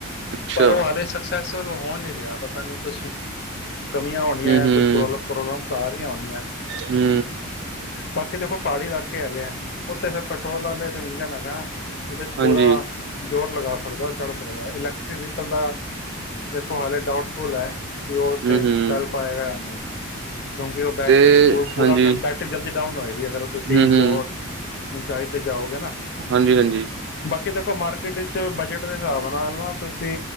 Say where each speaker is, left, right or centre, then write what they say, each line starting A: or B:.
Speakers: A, on the right; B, on the left.
A: ਅੱਛਾ
B: ਪਰ, ਉਹ ਹਲੇ ਸਕਸੇ ਪੈਸ਼ਲ ਹੋ ਨੀ ਰਿਹਾ, ਪਤਾ ਨੀ ਕੁਛ ਕਮੀਆਂ ਹੋਣੀਆਂ
A: ਹੂੰ
B: ਜਾਂ
A: ਹੂੰ
B: ਕੁਛ ਪ੍ਰੋਬਲਮ ਪ੍ਰੋਬਲਮਸ ਸਾਰੀਆਂ ਆਉਣੀਆਂ
A: ਹੂੰ।
B: ਬਾਕੀ ਦੇਖੋ ਪਹਾੜੀ ਇਲਾਕੇ ਹੈਗੇ ਆ, ਉੱਥੇ ਫਿਰ ਪੈਟਰੋਲ ਵਾਲੇ ਜੋ ਇੰਜਨ ਹੈਗਾ ਉਹਦੇ ਚ
A: ਹਾਂਜੀ
B: ਪੂਰਾ ਜ਼ੋਰ ਲਗਾ ਸਕਦਾ। ਚੜ੍ਹ ਸਕਦਾ ਇਲੈਕ- ਤੇ ਵੀਕਲ ਦਾ ਵੇਖੋ ਹਾਲੇ ਡਾਊਟਫੁੱਲ ਐ। ਕਿ ਉਹ ਉੱਥੇ
A: ਹੂੰ ਹੂੰ
B: ਚੱਲ ਪਾਏਗਾ ਜਾਂ ਨਈਂ। ਕਿਉਂਕਿ ਉਹ ਬੈਟਰੀ
A: ਤੇ
B: ਪ ਪੂਰਾ
A: ਹਾਂਜੀ
B: ਕਰੰਟ ਬੈਟਰੀ ਜਲਦੀ ਡਾਊਨ ਹੋਏਗੀ। ਅਗਰ ਤੁਸੀਂ
A: ਹੂੰ ਹੂੰ
B: ਜ਼ੋਰ ਊਚਾਈਂ ਤੇ ਜਾਓਗੇ ਨਾ।
A: ਹਾਂਜੀ ਹਾਂਜੀ
B: ਬਾਕੀ ਕੇ ਦੇਖੋ ਮਾਰਕੀਟ ਵਿੱਚ ਬਜਟ ਦੇ ਹਿਸਾਬ ਨਾਲ ਨਾ ਤੁਸੀਂ